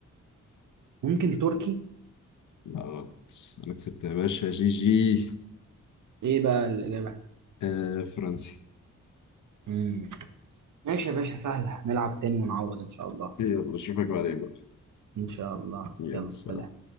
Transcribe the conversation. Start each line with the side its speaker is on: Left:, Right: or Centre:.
Right: ممكن تركي
Left: لا غلط أنا كسبت يا باشا جي جي
Right: ايه بقى الاجابه
Left: آه، فرنسي
Right: مم. ماشي يا باشا سهله نلعب تاني ونعوض ان شاء الله
Left: يلا أشوفك بعدين بقى
Right: ان شاء الله
Left: يلا
Right: يلا
Left: سلام
Right: سلام